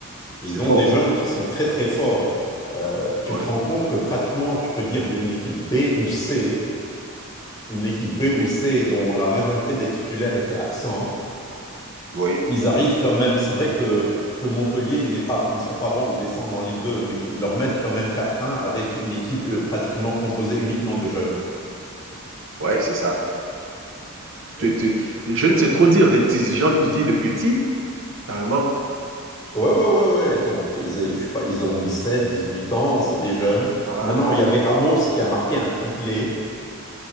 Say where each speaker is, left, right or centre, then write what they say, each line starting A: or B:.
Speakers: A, on the right; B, on the left.
A: c'est
B: ils
A: fort,
B: ont des jeunes
A: ça.
B: qui sont très, très forts. Euh, tu
A: Oui,
B: te rends compte que pratiquement, tu peux dire d'une équipe B ou C, une équipe B ou C dont la majorité des titulaires étaient absents.
A: oui,
B: Ils arrivent quand même. C'est vrai que, que Montpellier, ils n'est pas, ils ne sont pas bons, ils descendent en Ligue 2, mais ils leur mettent quand même quatre 1 avec une équipe euh, pratiquement composée uniquement de jeunes.
A: ouais, c'est ça.
B: Et
A: Tu-
B: puis,
A: tu- Je ne sais trop dire de petits, j'ai envie de dire de petits, carrément.
B: ouais, ouais, ouais, ouais. Donc, ils, a- je sais pas, ils ont 17, 18 ans, c'est des jeunes.
A: Voilà.
B: Maintenant, il y avait Ramos qui a marqué un triplé.